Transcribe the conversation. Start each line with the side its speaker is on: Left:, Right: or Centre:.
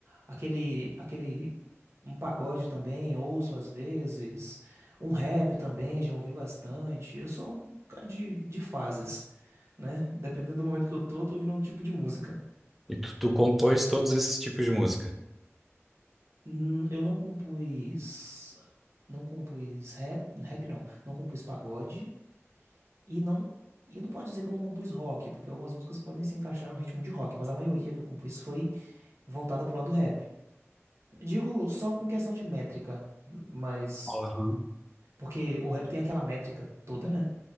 Right: aquele, aquele Um pagode também, ouço às vezes. Um rap também, já ouvi bastante. Eu sou um cara de, de fases, né? Dependendo do momento que eu tô, eu tô ouvindo um tipo de música.
Centre: E tu, tu compôs todos esses tipos de música?
Right: Hum, Eu não compus. Não compus rap. Rap não. Não compus pagode. E não. E eu não posso dizer que eu não compus rock, porque algumas músicas podem se encaixar no ritmo de rock, mas a maioria que eu compus foi voltada pro lado do rap. Digo só em questão de métrica, mas.
Centre: Aham.
Right: Porque o rap tem aquela métrica toda, né?